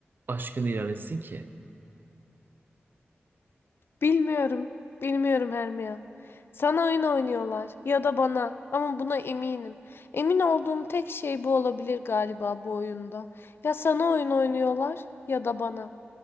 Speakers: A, on the right; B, on the left.
A: aşkını ilan etsin ki
B: Bilmiyorum. Bilmiyorum Hermia. Sana oyun oynuyorlar ya da bana ama buna eminim. Emin olduğum tek şey bu olabilir galiba bu oyunda. Ya sana oyun oynuyorlar ya da bana.